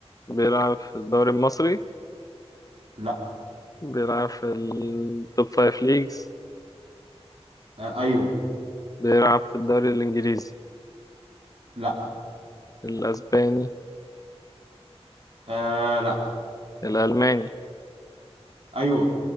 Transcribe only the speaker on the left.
بيلعب في الدوري المصري
بيلعب في التوب فايف ليجز
بيلعب في الدوري الإنجليزي
الأسباني
الألماني